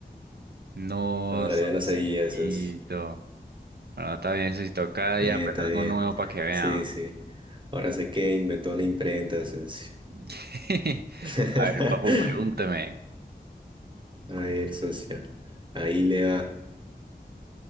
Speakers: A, on the right; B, on the right.
A: No,
B: No, en realidad no
A: Sosito.
B: sabía, socio.
A: Bueno, está bien, Sosito. Cada día
B: Está bien,
A: aprende
B: está
A: algo
B: bien.
A: nuevo para que vean.
B: Sí, sí. Ahora sé que inventó la imprenta, socio.
A: <laughs>
B: <laughs>
A: A ver, papu, pregúnteme.
B: A ver, socio. Ahí le va.